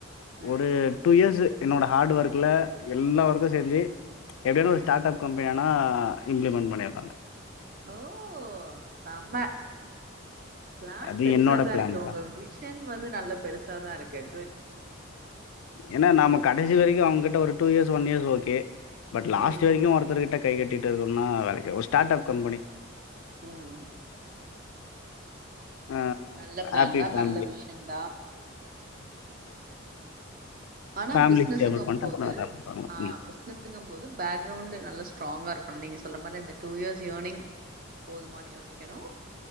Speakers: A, on the right; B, on the left.
A: ம்
B: ஒரு டூ இயர்ஸ்சு என்னோட ஹார்டு ஒர்க்குல எல்லா ஒர்க்கு செஞ்சு எப்டினு
A: ம்
B: ஒரு ஸ்டார்ட் அப் கம்பெனி ஆனா இம்ப்ளிமெண்ட் பண்ணிருப்பாங்க
A: ஓ செம பிளான்
B: அது
A: பெருசாதா
B: என்னோட பிளான்க்கா
A: இருக்கு உங்க விஷன் வந்து நல்ல பெருசாதா இருக்கு குட்
B: ஏன்னா நாம கடைசி வரைக்கு அவுங்ககிட்ட ஒரு two years one years okay but last
A: ம்
B: வரைக்கு ஒருத்தர்கிட்ட கை கட்டிட்டு இருக்கனுன்னா வேளைக்கு ஆவா ஒரு ஸ்டார்ட் அப் கம்பெனி
A: ம் ம்
B: ஆ
A: நல்ல பிளான்
B: ஹாப்பி
A: தா
B: ஃபேமிலி
A: நல்ல விஷன் தா ஆனா
B: ஃபேமிலி
A: பிஸ்னஸ்ங்கம்
B: ஸ்டேபிள் பண்ணிட்டு
A: போது
B: அப்புறம் வேற பண்றாங்க
A: ஆ
B: ம்
A: பிஸ்னஸ் ங்கும் போது பேக்ரவுண்டு நல்லா ஸ்ட்ராங்கா இருக்கனு நீங்க சொல்ற மாரி அந்த டூ இயர்ஸ் இயர்னிங் போதுமானு யோசிக்கணு